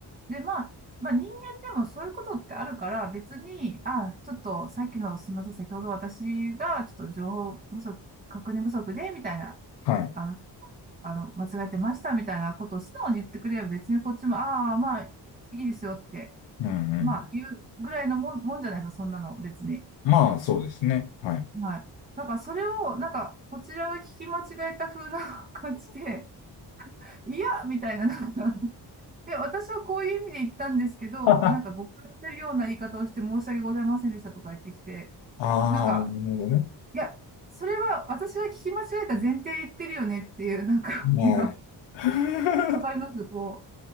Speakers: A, on the right; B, on the left.
A: で、まあ、まあ人間でもそういうことってあるから、別に、あ、ちょっとさっきの、すみません、先ほど私がちょっと情報不足、確認不足で、みたいな、
B: はい。
A: あの、あの、間違えてました、みたいなことを素直に言ってくれれば、別にこっちも、ああ、まあ、いいですよって、
B: うん、うん。
A: まあ、言うぐらいのもん、もんじゃないですか、そんなの、別に。
B: まあ、そうですね。はい。
A: はい。なんかそれを、なんか、こちらが聞き間違えた風な <laughs> 感じで、<laughs> いや、みたいな、<laughs> なんかで、私はこういう意味で言ったんですけど、
B: <laughs>
A: なんか誤解してるような言い方をして申し訳ございませんでしたとか言ってきて、
B: ああ、
A: なんか、
B: なるほどね。
A: いや、それは私が聞き間違えた前提で言ってるよねっていう、なんか、
B: はい。
A: <laughs> あの
B: <laughs>
A: わかりますこ